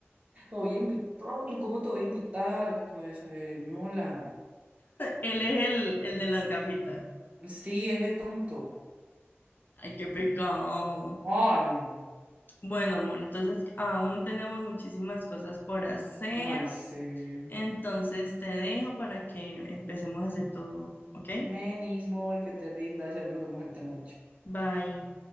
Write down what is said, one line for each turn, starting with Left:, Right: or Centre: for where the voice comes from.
Right: Lo voy a invitar, ¿cómo te voy a invitar? Cabeza de ñola.
Left: Él es el, el de las gafitas.
Right: Sí, ese tonto.
Left: Ay, qué pecado.
Right: Ay, no.
Left: Bueno, amor, entonces aún tenemos muchísimas cosas por hacer.
Right: Ay, sí.
Left: Entonces te dejo para que empecemos a hacer todo, ¿ok?
Right: Menis, amor, que te rindas, ya que nos vemos ahorita en la noche.
Left: Bye.